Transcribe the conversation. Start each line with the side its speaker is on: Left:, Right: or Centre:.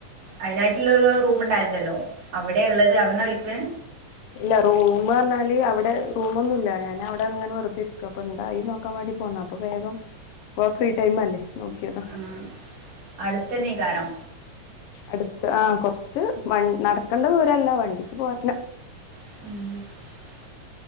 Right: അയിനായിട്ടുള്ളരു റൂം ഉണ്ടായിരണ്ടല്ലോ അവിടെ ഉള്ളത് അവിടെന്നാ വിളിക്കണ
Left: ഇല്ല റൂം പറഞ്ഞാല് അവിടെ റൂമൊന്നുല്ലാ ഞാൻ അവിടെ ഇങ്ങനെ വെറുതെരിക്ക അപ്പ എന്തായി നോക്കാൻ വേണ്ടി പോന്ന അപ്പൊ വേഗം ഫ്രീ ടൈമല്ലേ നോക്കിയതാ.
Right: ഉം അടുത്തനന്നേക്കാരം.
Left: അടുത്ത് ആഹ കൊറച്ച് വ നടക്കണ്ട ദൂരല്ല വണ്ടിക്ക് പോരന്നെ.
Right: <inaudible>